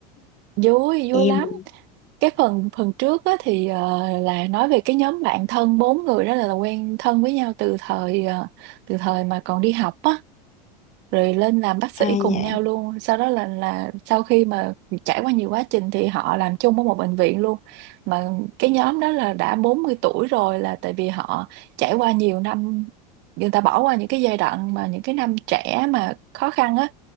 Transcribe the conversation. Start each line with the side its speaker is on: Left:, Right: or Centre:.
Right: vui vui
Left: em
Right: lắm cái phần phần trước á, thì ờ, là nói về cái nhóm bạn thân bốn người đó là, là quen thân với nhau từ thời ờ, từ thời mà còn đi học á rồi lên làm bác sĩ
Left: ai
Right: cùng
Left: nhà
Right: nhau luôn sau đó là là sau khi mà trải qua nhiều quá trình thì họ làm chung ở một bệnh viện luôn mà cái nhóm đó là đã 40 tuổi rồi là tại vì họ trải qua nhiều năm người ta bỏ qua những cái giai đoạn mà những cái năm trẻ mà khó khăn á